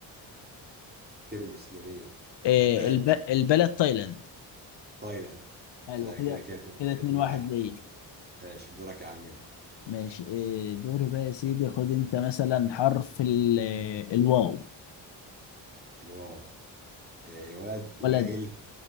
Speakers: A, on the right; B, on the left.
A: ترمس جميل
B: آه،
A: بلد
B: الب... البلد تايلاند
A: تايلاند
B: حلو
A: لا
B: كده
A: كده كده كده
B: كده اتنين
A: اتنين
B: واحد
A: واحد
B: ليه
A: ماشي دورك يا عمنا
B: ماشي آه، دوري بقى يا سيدي خد انت مثلا حرف ال... الواو
A: الواو آه، الولد وائل
B: بلد